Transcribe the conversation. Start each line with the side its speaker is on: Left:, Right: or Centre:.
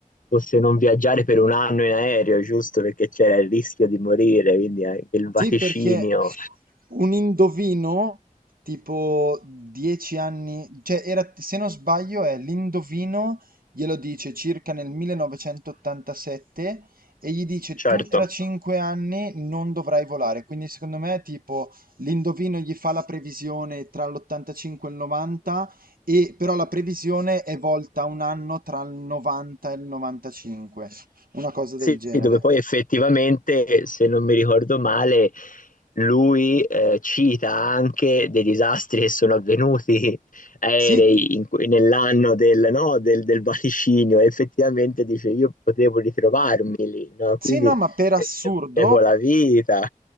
Left: fosse non viaggiare per un anno in aereo, giusto? Perché c'era il rischio di morire, quindi anche il vaticinio.
Right: Sì, perché un indovino tipo 10 anni, cioè era, se non sbaglio è l'indovino, glielo dice circa nel 1987 e gli dice
Left: Certo.
Right: tu tra Certo. 5 anni non dovrai volare. Quindi secondo me tipo l'indovino gli fa la previsione tra l'85 e il 90 e però la previsione è volta un anno tra il 90 e il 95, una cosa
Left: Sì,
Right: del genere.
Left: dove poi effettivamente, se non mi ricordo male, lui eh, cita anche dei disastri che sono avvenuti <laughs> aerei
Right: Sì,
Left: in que- nell'anno del, no, del, del vaticinio. E effettivamente dice, io potevo ritrovarmi lì, no?
Right: Sì,
Left: Quindi
Right: no, ma per assurdo,
Left: eh, avevo la vita.